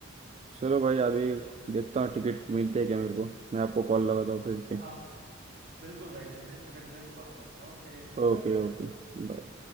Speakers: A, on the right; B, on the right.
A: चलो भाई अभी देखता हूँ टिकट मिलते हैं क्या मेरे को मैं आपको कॉल लगाता हूँ फिर से
B: <laughs> हाँ बिल्कुल भाई जैसे टिकट मिलेगा कॉल करना ओके
A: Okay
B: Bye bye
A: okay बाय